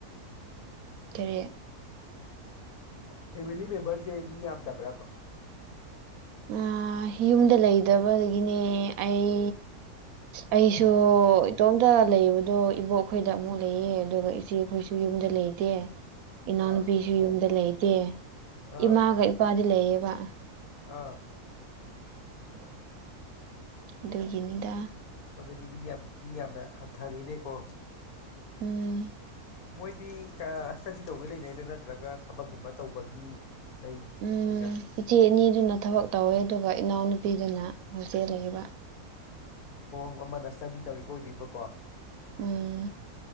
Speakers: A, on the right; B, on the left.
A: ꯇꯔꯦꯠ
B: ꯐꯦꯃꯤꯂꯤ ꯃꯦꯝꯕꯔꯁꯦ ꯃꯤ ꯌꯥꯝꯗꯕꯔ
A: ꯑ ꯌꯨꯝꯗ ꯂꯩꯗꯕꯗꯒꯤꯅꯦ ꯑꯩ ꯑꯩꯁꯨ ꯏꯇꯣꯝꯇ ꯂꯩꯕꯗꯣ ꯏꯕꯣꯛꯈꯣꯏꯗ ꯑꯃꯨꯛ ꯂꯩꯌꯦ ꯑꯗꯨꯒ ꯏꯆꯦꯈꯣꯏꯁꯨ ꯌꯨꯝꯗ ꯂꯩꯇꯦ ꯏꯅꯥꯎꯅꯨꯄꯤꯁꯨ
B: ꯑꯥ ꯑꯣ
A: ꯌꯨꯝꯗ ꯂꯩꯗꯦ
B: ꯑꯥ
A: ꯏꯃꯥꯒ ꯏꯄꯥꯗꯤ ꯂꯩꯌꯦꯕ
B: ꯑꯥ
A: <inaudible> ꯑꯗꯨꯒꯤꯅꯤꯗ
B: ꯗꯤꯕꯤ ꯌꯥꯝ ꯃꯤ ꯌꯥꯝꯅ ꯍꯟꯊꯔꯦꯅꯦꯀꯣ
A: ꯎꯝ
B: ꯃꯣꯏꯗꯤ ꯑꯥ ꯏ꯭ꯁꯇꯗꯤ ꯇꯧꯕꯩ ꯂꯩꯅꯩꯗ ꯅꯠꯇ꯭ꯔꯒ ꯊꯕꯛꯒꯨꯝꯕ ꯇꯧꯕꯒꯤ ꯂꯩꯔꯤꯔꯥ
A: ꯎꯝ ꯏꯆꯦ ꯑꯅꯤꯗꯨꯅ ꯊꯕꯛ ꯇꯧꯋꯦ ꯑꯗꯨꯒ ꯏꯅꯥꯎꯅꯨꯄꯤꯗꯨꯅ ꯍꯣꯁꯇꯦꯜ ꯂꯩꯕ
B: ꯑꯣ ꯑꯃꯅ ꯏ꯭ꯁꯇꯗꯤ ꯇꯧꯔꯤꯕ ꯑꯣꯏꯗꯣꯏꯕꯀꯣ ꯑꯣ
A: ꯎꯝ